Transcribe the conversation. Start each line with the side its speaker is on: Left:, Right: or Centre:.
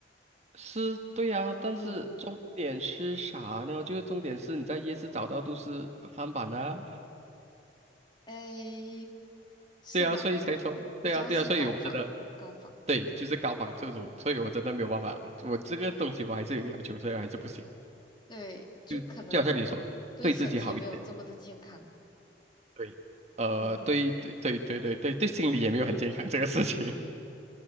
Right: 是对啊，但是重点是啥呢？
Left: 嗯。
Right: 就是重点是你在夜市找到都是翻版啊，
Left: 诶，是吧？
Right: 对啊，所以才说，
Left: 比较是高仿，
Right: 对啊对啊，所以我觉得。
Left: 高仿，
Right: 对，
Left: 嗯，
Right: 就是高仿这种，所以我真的没有办法，我这个东西我还是有要求，所以还是不行。
Left: 对，就可能
Right: 嗯，就好像你说，
Left: 对身体没有这么的健康，
Right: 对自己好一点，对，呃，
Left: 嗯，
Right: 对对对对对对对，心理也没有很健康 <laughs> 这个事情，